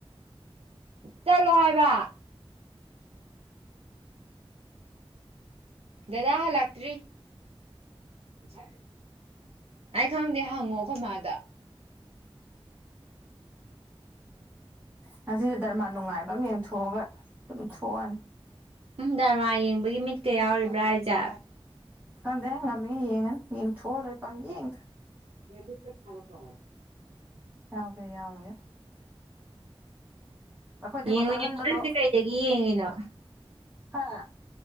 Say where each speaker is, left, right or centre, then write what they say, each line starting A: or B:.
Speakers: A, on the right; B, on the right.
A: ꯆꯠꯂꯣ ꯍꯥꯏꯕ ꯗꯗꯥ ꯂꯥꯛꯇ꯭ꯔꯤ ꯑꯩ ꯈꯪꯗꯦ ꯍꯪꯉꯣ ꯑꯩꯈꯣꯏ ꯃꯥꯗ
B: ꯉꯁꯤꯁꯦ ꯗꯔꯃꯥ ꯅꯨꯡꯉꯥꯏꯕ ꯑꯃ ꯌꯦꯡꯊꯣꯛꯑꯒ ꯑꯗꯨꯝ ꯊꯣꯛꯑꯅꯤ
A: ꯎꯝ ꯗꯔꯃꯥ ꯌꯦꯡꯕꯒꯤ ꯃꯤꯠꯀ ꯌꯥꯎꯔꯤꯕ꯭ꯔꯥ ꯍꯥꯏꯁꯦ
B: ꯀꯗ ꯉꯝꯒ ꯌꯦꯡꯉ ꯌꯦ ꯆꯣꯜ꯭ꯔꯦ ꯄꯪ ꯌꯦꯡ
A: <inaudible>
B: ꯌꯥꯎꯒ꯭ꯔ ꯌꯥꯎꯒ ꯑꯩꯈꯣꯏꯗꯤ
A: ꯌꯦꯡꯉꯨ
B: ꯕꯣꯇꯜ
A: ꯌꯦꯡꯉꯨ
B: ꯍꯟꯕꯗꯣ
A: ꯅꯪꯁꯦ ꯀꯩꯗꯒꯤ ꯌꯦꯡꯉꯤꯅꯣ
B: ꯍꯥ